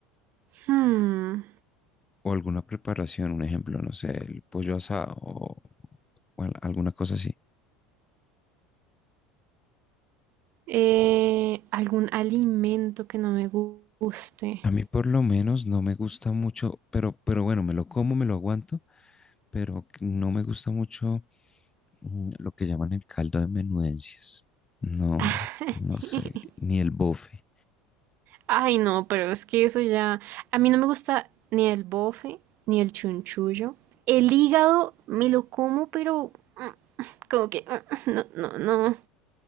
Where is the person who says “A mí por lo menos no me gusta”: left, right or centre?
Left